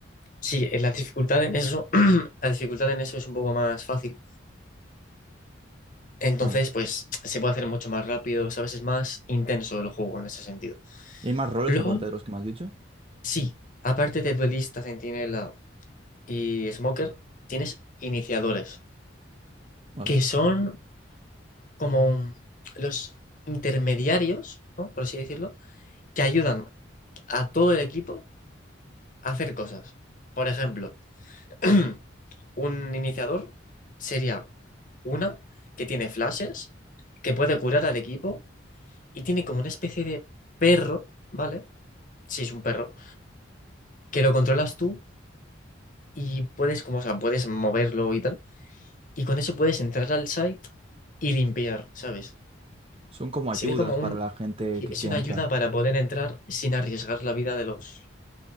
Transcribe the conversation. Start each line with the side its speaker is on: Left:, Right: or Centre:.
Left: Sí, eh, la dificultad en eso, <clears throat> la dificultad en eso es un poco más fácil Entonces,
Right: También.
Left: pues se puede hacer mucho más rápido, ¿sabes? Es más intenso el juego en ese sentido.
Right: ¿Y hay más roles
Left: Luego,
Right: aparte de los que me has dicho?
Left: sí, aparte de duelista, centinela y smoker, tienes iniciadores,
Right: Vale.
Left: que son como los intermediarios, ¿no? Por así decirlo, que ayudan a todo el equipo a hacer cosas. Por ejemplo, <clears throat> un iniciador sería una que tiene flashes, que puede curar al equipo y tiene como una especie de perro, ¿vale? si es un perro, que lo controlas tú y puedes, como, o sea, puedes moverlo y tal. Y con eso puedes entrar al site y limpiar, ¿sabes?
Right: Son como
Left: Sería
Right: ayudas
Left: como
Right: para
Left: un...
Right: la gente
Left: Es
Right: que quiera
Left: una
Right: entrar.
Left: ayuda para poder entrar sin arriesgar la vida de los...